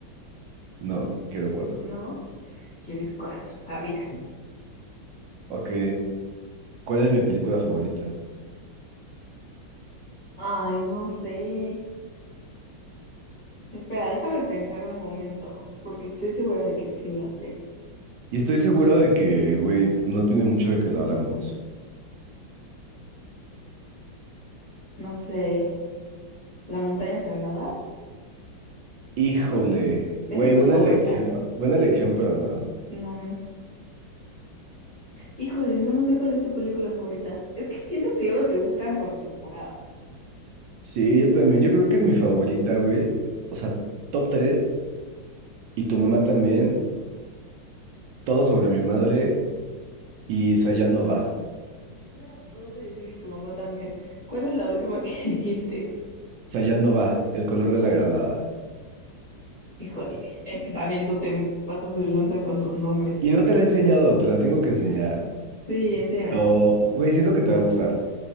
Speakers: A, on the right (about 70°); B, on the left (about 25°).
A: No, quiero cuatro.
B: ¿No? Quieres cuatro, sabía.
A: Ok, ¿Cuál es mi película favorita?
B: Ay, no sé. Espera, déjame pensar un momento, porque estoy segura de que sí la sé.
A: Y estoy seguro de que, güey, no tiene mucho de que lo hablamos.
B: No sé, ¿La montaña sagrada?
A: Híjole,
B: Es
A: güey,
B: de tus
A: buena
B: favoritas.
A: elección, buena elección, pero no.
B: No, no es. Híjole, no, no sé cuál es tu película favorita. Es que siento que luego te gustan por temporada.
A: Sí, yo también, yo creo que mi favorita, güey, o sea, top 3. y tu mamá también, Todo sobre mi madre, y Sayat no va,
B: Estuve a dos de decir y tu mamá también. ¿Cuál es la última que <laughs> dijiste?
A: Sayat no va, El color de la granada.
B: Híjole, es que también tú te pasas de lanza con tus nombres.
A: Y no te la he enseñado, te la tengo que enseñar.
B: Sí, enséñamela.
A: Pero, güey, siento que te va a gustar.